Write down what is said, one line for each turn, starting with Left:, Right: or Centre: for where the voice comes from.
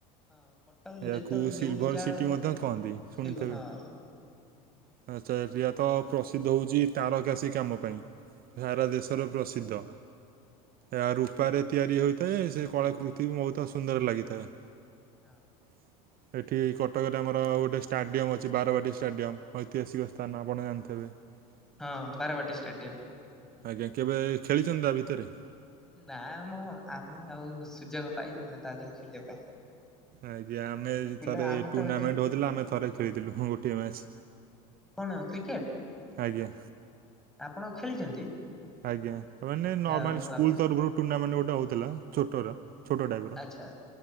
Centre: ହଁ କଟକ
Right: ଏହାକୁ
Centre: ଯେତେ
Right: ସିଲଭର
Centre: ଯୋଉଠି ଯାହା
Right: ସିଟି ମଧ୍ୟ କହନ୍ତି,
Centre: ହଁ
Right: ଶୁଣିଥିବେ?
Centre: ହଁ
Right: ଆଚ୍ଛା ଏରିଆ ତ ପ୍ରସିଦ୍ଧ ହେଉଛି ତାରକାସି କାମ ପାଇଁ। ସାରା ଦେଶରେ ପ୍ରସିଦ୍ଧ,
Centre: ହଁ
Right: ଏହା ରୂପାରେ ତିଆରି ହୋଇଥାଏ ସେ କଳାକୃ ତି ବହୁତ ସୁନ୍ଦର ଲାଗିଥାଏ।
Centre: ହଁ।
Right: <inaudible> ଏଠି କଟକରେ ଆମର ଗୋଟେ ଷ୍ଟାଡ଼ିୟମ୍ ଅଛି ବାରବାଟୀ ଷ୍ଟାଡିୟମ୍ ଐତିହାସିକ ସ୍ଥାନ, ଆପଣ ଜାଣିଥିବେ? <inaudible>
Centre: ହଁ ବାରାବାଟୀ ଷ୍ଟାଡ଼ିୟମ୍।
Right: ଆଜ୍ଞା କେବେ ଖେଳିଛନ୍ତି ତା ଭିତରେ?
Centre: ନା ମ ଆମେ ଆଉ ସୁଯୋଗ ପାଇବୁ ନା ତା ଦେହରେ ଖେଳିବା ପାଇଁ?
Right: ଆଜ୍ଞା
Centre: ବଡ
Right: ଆମେ
Centre: ବଡ ପିଲା
Right: ଥରେ
Centre: ଆମେ
Right: ଟୁର୍ଣ୍ଣାମେଣ୍ଟ
Centre: ତ ଯୋଉ
Right: ହଉଥିଲା ଆମେ ଥରେ ଖେଳିଥିଲୁ ଗୋଟିଏ ମ୍ୟାଚ୍।
Centre: କଣ କ୍ରିକେଟ?
Right: ଆଜ୍ଞା।
Centre: ଆପଣ ଖେଳିଛନ୍ତି?
Right: ଆଜ୍ଞା ମାନେ ନର୍ମାଲ
Centre: ଯାହା ହଉ
Right: ସ୍କୁଲ
Centre: ଆପଣ
Right: ତରଫରୁ ଟୁର୍ଣ୍ଣାମେଣ୍ଟ ଗୋଟେ ହଉଥିଲା ଛୋଟର। ଛୋଟ ଟାଇପ୍ର,
Centre: ଆଚ୍ଛା